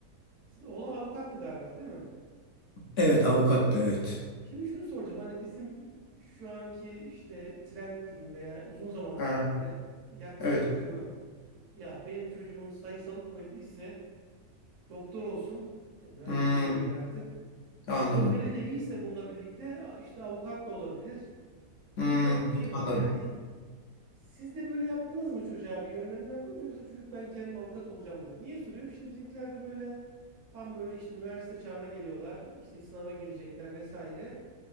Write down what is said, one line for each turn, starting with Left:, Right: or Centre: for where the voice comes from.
Right: sizin oğlan avukattı galiba değil mi?
Left: Evet avukat da evet.
Right: Şimdi şunu soracağım. Hani bizim şu anki işte trend diyeyim veya uzun zamandır
Left: Aha,
Right: böyle yaklaşım
Left: evet.
Right: şu. Ya benim çocuğumun sayısalı kuvvetliyse doktor olsun. Yani mühendis
Left: Hmm,
Right: de değil artık.
Left: anladım.
Right: İşte özeli de iyiyse bununla birlikte işte avukat da olabilir.
Left: Hmm,
Right: gibi böyle bir şey
Left: anladım.
Right: var. Yani siz de böyle yaptınız mı çocuğa bir yönlendirme yaptınız mı yoksa çocuk ben kendim avukat olacağım mı dedi. Niye soruyorum? Şimdi bizimkiler de böyle tam böyle işte üniversite çağına geliyorlar. İşte sınava girecekler vesaire.